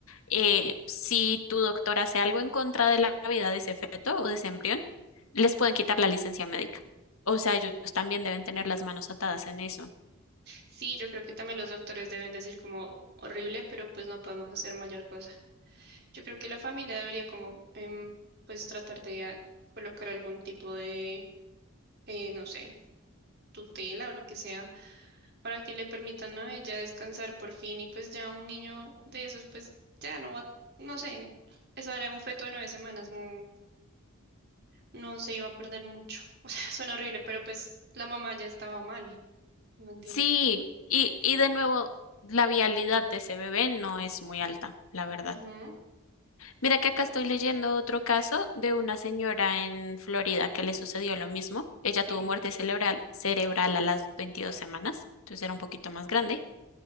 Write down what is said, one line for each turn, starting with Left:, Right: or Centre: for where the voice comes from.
Left: eh, si tu doctor hace algo en contra de la vida de ese feto o de ese embrión, les pueden quitar la licencia médica. O sea, ellos también deben tener las manos atadas en eso.
Right: Sí, yo creo que también los doctores deben decir como horrible, pero pues no podemos hacer mayor cosa. Yo creo que la familia debería como em, pues tratar de a- colocar algún tipo de, eh, no sé, tutela o lo que sea para que le permitan a ella descansar por fin y pues ya un niño de esos pues ya no va, no sé, eso era un feto de nueve semanas, no, no se iba a perder mucho. <laughs> O sea, suena horrible, pero pues la mamá ya estaba mal, no entiendo.
Left: Sí, y, y de nuevo, la vialidad de ese bebé no es muy alta, la verdad.
Right: Ujú,
Left: Mira que acá estoy leyendo otro caso de una señora en Florida que le sucedió lo mismo. Ella tuvo
Right: Sí,
Left: muerte cerebral, cerebral a las 22 semanas, entonces era un poquito más grande,